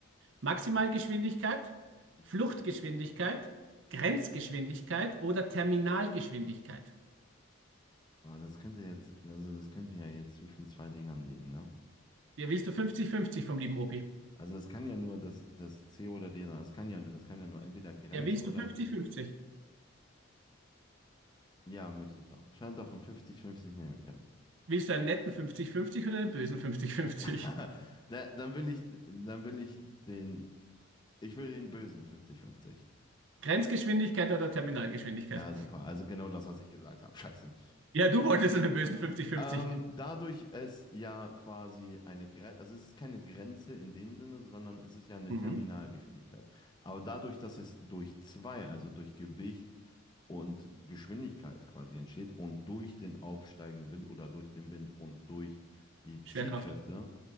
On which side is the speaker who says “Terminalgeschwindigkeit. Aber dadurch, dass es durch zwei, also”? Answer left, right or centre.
Left